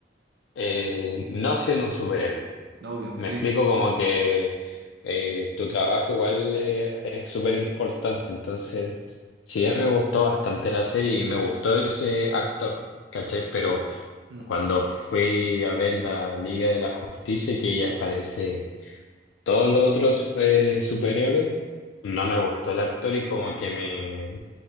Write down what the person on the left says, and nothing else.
eh, no siendo un superhéroe.
Me
explico como que eh, tu trabajo igual eh, es súper importante, entonces sí, me gustó bastante la serie y me gustó ese actor, ¿cachai? Pero...
Cuando fui a ver la Liga de la Justicia, que ella aparece todos los otros eh, superhéroes, no me gustó el actor y como que me,